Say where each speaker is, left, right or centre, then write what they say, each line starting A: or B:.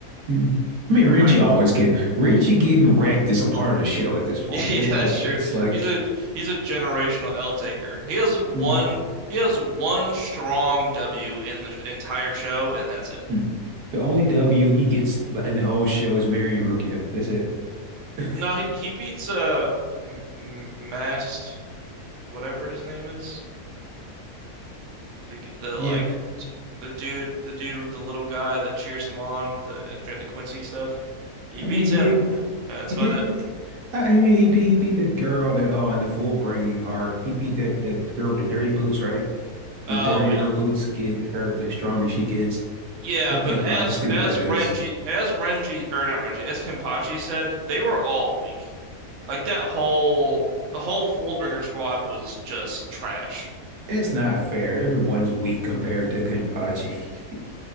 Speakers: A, on the right; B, on the right.
A: mm. I mean, Renji
B: or ninth?
A: always
B: <laughs>
A: get Renji getting wrecked is a part of the show at this point.
B: Yeah,
A: It's
B: that's
A: like
B: true.
A: it's like
B: He's a he's a generational L taker. He has one
A: mm,
B: he has one strong W in the entire show, and that's it.
A: mm. The only W he gets in the whole show is marrying Rukia. That's it. <laughs>
B: No, he he beats uh M M- Mast whatever his name is. The the
A: Yeah,
B: like t- the dude the dude with the little guy that cheers him on the during the Quincy stuff. He
A: I
B: beats
A: mean, he
B: him.
A: did,
B: That's
A: he
B: about
A: did.
B: it.
A: I mean, he beat he beat that girl that uh in the full bringing arc. He beat that that girl with the dirty boots, right? The
B: Oh
A: dirtier
B: y-
A: her boots get, her the stronger she gets.
B: yeah,
A: Don't
B: but
A: think
B: as
A: about how stupid
B: as
A: that is.
B: Renji as Renji or not Renji as Kenpachi said, they were all weak. Like that whole the whole Fullbringer squad was just trash.
A: It's not fair. Everyone's weak compared to Kenpachi. <laughs>